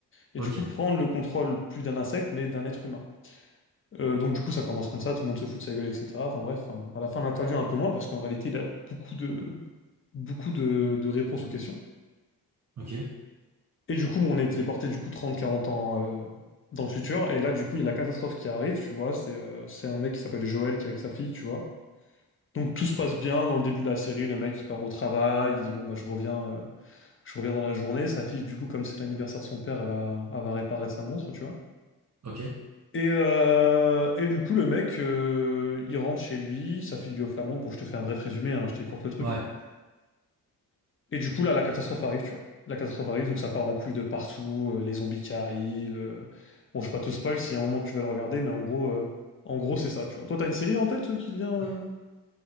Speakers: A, on the left; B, on the right.
A: Et
B: ok,
A: du coup, prendre le contrôle plus d'un insecte, mais d'un être humain. Euh, donc du coup, ça commence comme ça, tout le monde se fout de sa gueule, etc. Enfin bref, hein. à la fin de l'interview, un peu moins, parce qu'en réalité, il a beaucoup de, beaucoup de, de réponses aux questions.
B: ok,
A: Et du coup, bon, on est téléporté du coup 30-40 ans euh, dans le futur. Et là, du coup, il y a la catastrophe qui arrive, tu vois. C'est euh, c'est un mec qui s'appelle Joël qui est avec sa fille, tu vois. Donc tout se passe bien dans le début de la série. Le mec, il part au travail, il dit, bon, bah, je reviens, euh, je reviens dans la journée. Sa fille, du coup, comme c'est l'anniversaire de son père, elle va, elle va réparer sa montre, tu vois.
B: ok.
A: Et, euh, et du coup, le mec, euh, il rentre chez lui, sa fille lui offre la montre. Bon, je te fais un bref résumé, hein, je t'écourte le truc.
B: Ouais.
A: hein. Et du coup, là, la catastrophe arrive, tu vois. La catastrophe arrive, donc ça part en couille de partout, euh, les zombies qui arrivent. euh. Bon, je vais pas te spoil si à un moment tu veux le regarder, mais en gros, euh, en gros, c'est ça, tu vois. Toi, t'as une série en tête euh, qui devient. euh,
B: Ok.